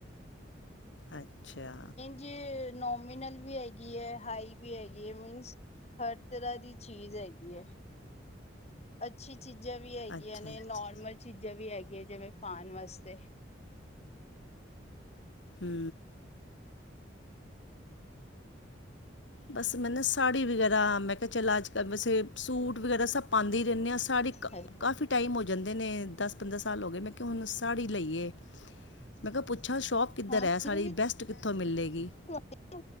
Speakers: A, on the left; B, on the left.
A: ਅੱਛਾ।
B: ਜੇ ਨੋਮੀਨਲ ਵੀ ਹੈਗੀ ਹੈ, ਹਾਈ ਵੀ ਹੈਗੀ ਹੈ ਮੀਨਸ। ਹਰ ਤਰਾਂ ਦੀ ਚੀਜ਼ ਹੈਗੀ ਹੈ। ਅੱਛੀ ਚੀਜ਼ਾਂ ਵੀ ਹੈਗੀਆਂ
A: ਅੱਛਾ
B: ਨੇ,
A: ਅੱਛਾ
B: ਨੋਰਮਲ ਚੀਜ਼ਾਂ ਵੀ ਹੈਗੀਆਂ ਜਿਵੇਂ ਪਾਣ ਵਾਸਤੇ।
A: ਹੂੰ, ਬਸ ਮੈਂ ਨਾ ਸ ਸਾੜੀ ਵਗੈਰਾ, ਮੈਂ ਕਿਹਾ ਚੱਲ ਅੱਜ ਕੱਲ ਵੈਸੇ ਸੂਟ ਵਗੈਰਾ ਸਭ ਪਾਉਂਦੀ ਰਹਿੰਦੇ ਹਾਂ, ਸਾਰੀ ਕ
B: ਹਾਂ
A: ਕਾਫੀ। ਟਾਈਮ ਹੋ ਜਾਂਦੇ ਨੇ, ਦਸ- ਪੰਦਰਾਂ ਸਾਲ ਹੋ ਗਏ ਮੈਂ ਕਿਹਾ ਹੁਣ ਸਾੜੀ ਲਈਏ। ਮੈਂ ਕਿਹਾ ਪੁੱਛਾ ਸ਼ੋਪ ਕਿੱਧਰ
B: ਮੈਨੂੰ
A: ਹੈ, ਸਾੜੀ
B: ਵੀ
A: ਬੈਸਟ ਕਿੱਥੋਂ ਮਿਲੇਗੀ।
B: ਤੁਹਾਡੀ